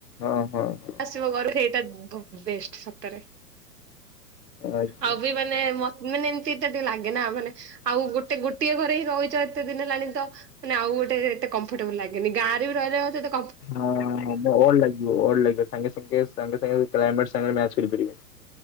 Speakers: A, on the left; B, on the right.
A: ଓ ହୋ ହୋ।
B: <unintelligible> ସେଇଟା ବ ବୁ ବେଷ୍ଟ୍ ସତରେ
A: ଆଜ୍ଞା।
B: ଆଉ <unintelligible> ମାନେ ମାନେ ଏମିତିଟା ଟିକେ ଲାଗେ ନା ମାନେ ଆଉ ଗୋଟେ ଗୋଟିଏ ଘରେ ହିଁ ରହୁଛୁ ଏତେ ଦିନ ହେଲାଣି ତ ମାନେ ଆଉ ଗୋଟେ ଏତେ କମ୍ଫଟେବୁଲ ଲାଗେନି ଗାଁ ରେ ବି ରହିଲେ ମତ ତ
A: ହଁ ଅଡ ଲାଗିବ ଅଡ ଲାଗିବ ସାଙ୍ଗେ ସାଙ୍ଗେ ସାଙ୍ଗେ ସାଙ୍ଗେ କ୍ଲାଇମେଟ୍ ସାଙ୍ଗ ରେ ମ୍ୟାଚ କରିପାରିବନି।